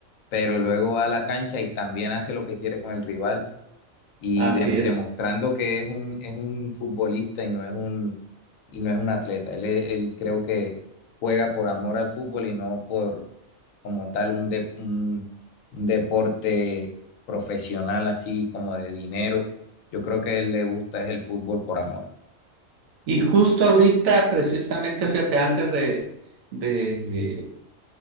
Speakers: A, on the left (about 75°); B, on the right (about 80°).
A: pero luego va a la cancha y también hace lo que quiere con el rival y
B: Así
A: de-
B: es.
A: demostrando que es un, es un futbolista y no es un, y no es un atleta. Él, es- él creo que juega por amor al fútbol y no por como tal un, de- un, un deporte profesional así como de dinero. Yo creo que a él le gusta es el fútbol por amor.
B: Y justo ahorita, precisamente, fíjate, antes de, de